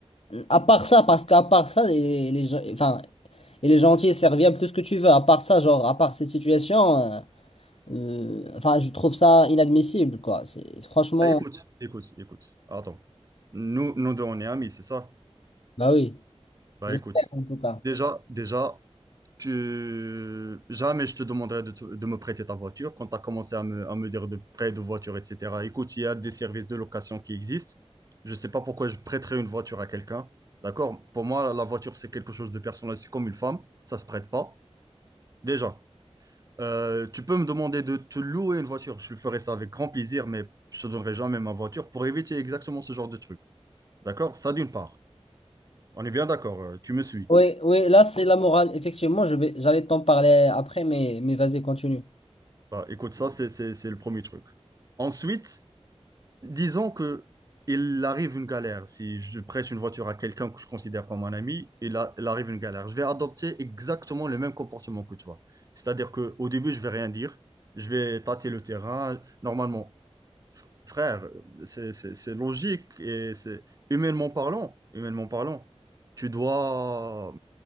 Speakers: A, on the left; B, on the right.
A: à part ça, parce qu'à part ça, il est, il est gen- enfin, il est gentil et serviable, tout ce que tu veux. À part ça, genre, à part cette situation, euh, euh, enfin, je trouve ça inadmissible, quoi. C'est, franchement,
B: bah, écoute, écoute, écoute. Attends. Nous, nous deux, on est amis, c'est ça?
A: bah oui,
B: Bah
A: j'espère
B: écoute.
A: en tout cas.
B: Déjà, déjà, que jamais je te demanderai de, te- de me prêter ta voiture quand tu as commencé à me, à me dire de prêt de voiture, etc. Écoute, il y a des services de location qui existent. Je ne sais pas pourquoi je prêterais une voiture à quelqu'un. D'accord? Pour moi, la voiture, c'est quelque chose de personnel. C'est comme une femme. Ça ne se prête pas. Déjà, euh, tu peux me demander de te louer une voiture. Je ferai ça avec grand plaisir, mais je ne te donnerai jamais ma voiture pour éviter exactement ce genre de truc. D'accord? Ça, d'une part. On est bien d'accord. euh, tu me suis.
A: Oui, oui, là c'est la morale. Effectivement, je vais, j'allais t'en parler après, mais, mais vas-y, continue.
B: Bah, écoute, ça, c'est c'est- c'est le premier truc. Ensuite, Disons que il arrive une galère. Si je prête une voiture à quelqu'un que je considère comme un ami, il, a- il arrive une galère. Je vais adopter exactement le même comportement que toi. C'est-à-dire que au début, je vais rien dire. Je vais tâter le terrain. Normalement, fr- frère, c'est c'est- c'est logique et c'est humainement parlant, humainement parlant, tu dois,